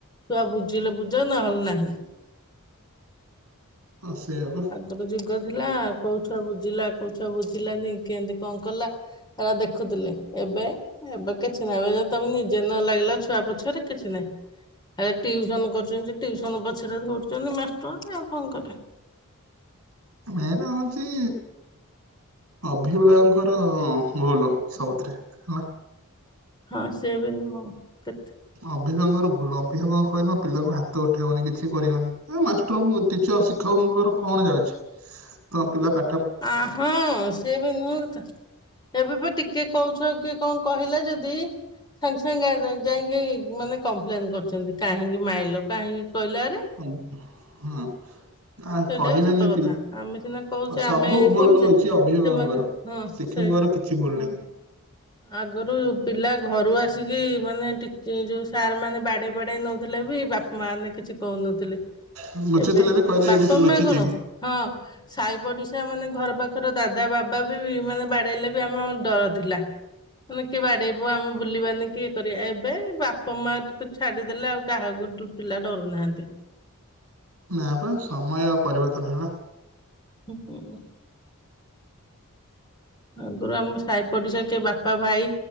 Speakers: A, on the left (about 20°); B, on the right (about 70°).
A: ଛୁଆ ବୁଝିଲେ ବୁଝ ନହେଲେ ନାହିଁ।
B: ହଁ ସେଆପା।
A: ଗୋଟେ ଯୁଗ ଥିଲା କୋଉ ଛୁଆ ବୁଝିଲା କୋଉ ଛୁଆ ବୁଝିଲାନି କେଇଁତି କଣ କଲା? ହେରା ଦେଖୁଥିଲେ ଏବେ। ଏବେ କିଛି ନାହିଁ ଏବେ ତମେ ନିଜେ ନ ଲାଗିଲ ଛୁଆ ପଛରେ କିଛି ନାହିଁ। ଏ ଟିଉସନ କରୁଛନ୍ତି ଯେ ଟିଉସନ ପଛରେ ଧ ଉଡୁଛନ୍ତି ମାଷ୍ଟର ଆଉ କଣ କରିବେ।
B: ମେନ ହଉଛି ଅଭିଭାବଙ୍କର ଭୁଲୁ ସବୁଥିରେ। ହେଲା।
A: ହଁ ସେୟା ବି ନୁହଁ କେ
B: ଅଭିଭାବଙ୍କର ଭଲୁ ଅଭିଭାବକ କହିଲେ ମୋ ପିଲାକୁ ହାତ ଉଠେଇବନି କିଛି କରିବନି। ଆ ମାଷ୍ଟର ଟିଚର ଶିକ୍ଷକଙ୍କର କଣ ଯାଉଛି ତମ ପିଲା ପା
A: ଆ ହଁ ସେ ବି ନୁହଁ ତ। ଏବେ ବି ଟିକେ କହୁଛୁଆ କୁକିଏ କଣ କହିଲେ ଯଦି ସାଙ୍ଗେ ସାଙ୍ଗେ ଗାଡି ଯାଇକି ମାନେ କମ୍ପ୍ଲେନ୍ କରୁଛନ୍ତି କାହିଁକି ମାଇଲ କାହିଁକି କହିଲାଆରେ।
B: <unintelligible> ହଁ। ଆ
A: ସେଇଟା
B: କହିବେନି
A: ବି ସତ କଥା
B: ପିଲା
A: ଆମେ ସିନା କହୁଛେ
B: ସବୁ
A: ଆମେ
B: ଭୁଲ
A: କହୁଛେ
B: ହଉଛି ଅଭିଭାବଙ୍କର।
A: ସେମାନେ ହଁ
B: ଶିକ୍ଷକଙ୍କର
A: ସେଇଠି
B: କିଛି ଭୁଲୁ
A: ହଁ
B: ନାହିଁ।
A: ଆଗରୁ ପିଲା ଘରୁ ଆସିକି ମାନେ ଟିକେଯୋଉ ସାର୍ ମାନେ ବାଡେଇ ବାଡେଇ ନଉଥିଲେ ବି ବାପ ମାନେ କିଛି କହୁନଥିଲେ
B: ଲୁଚିଥିଲେ
A: ଏବେ
B: ବି କହିଦେ ଏଇଠି
A: ବାପ
B: ଲୁଚିଛି
A: ମା କଣ ହଁ। ସାହି ପଡିଶା ମାନେ ଘର ପାଖରେ ଦାଦା ବାବା ବି ମାନେ ବାଡେଇଲେ ବି ଆମର ଡର ଥିଲା। ମାନେ କିଏ ବାଡେଇବ ଆମେ ବୁଲିବାନି କିଇଏ କରିବା ଏବେ ବାପ ମା ଟିକୁ ଛାଡିଦେଲେ ଆଉ। କାହାକୁ ଡୁପିଲା ଡରୁ ନାହାନ୍ତି।
B: ନା ପା ସମୟ ଆଉ ପରିବର୍ତ୍ତନ ହେଲା।
A: ହୁଁ ହୁଁ। ଆଗରୁ ଆମ ସାହି ପଡିଶା କିଏ ବାପା ଭାଇ